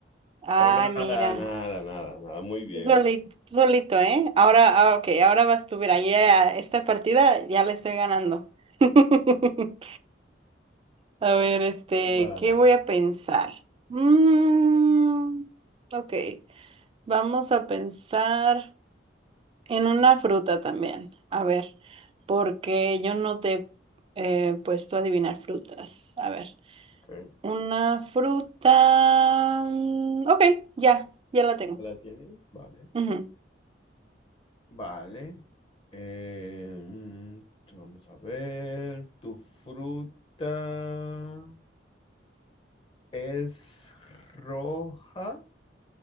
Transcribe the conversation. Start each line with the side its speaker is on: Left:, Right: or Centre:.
Right: Ay,
Left: Pero nada,
Right: mira.
Left: nada, nada, nada. Muy bien.
Right: Tú soli- tú solito, ¿eh? Ahora, ahora, ok, ahora vas tú. Mira, ya esta partida ya le estoy ganando. <laughs> A ver, este,
Left: Vale.
Right: ¿qué voy a pensar? Mm, ok, vamos a pensar en una fruta también. A ver, porque yo no te he puesto a adivinar frutas. A ver,
Left: ok.
Right: una fruta. mm, Ok, ya, ya la tengo.
Left: ¿La tienes? Vale.
Right: Ujú.
Left: Vale. Eh, mm, vamos a ver. Tu fruta. Es roja.